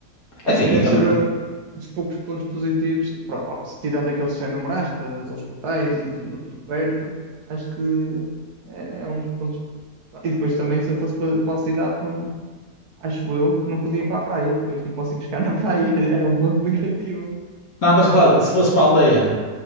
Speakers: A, on the right; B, on the left.
A: Acho
B: É assim,
A: que deve
B: eu também.
A: ser um dos poucos pontos positivos, pro- ó, se tirando aqueles que já enumeraste, da- dos hospitais e tudo, tudo perto, acho que é é um dos pontos. E depois também, se eu fosse para, para a cidade, não, acho eu que não podia ir para a praia, pois não posso ir pescar na praia, <laughs> era um ponto negativo.
B: Não, estás a falar, se fosse para a aldeia.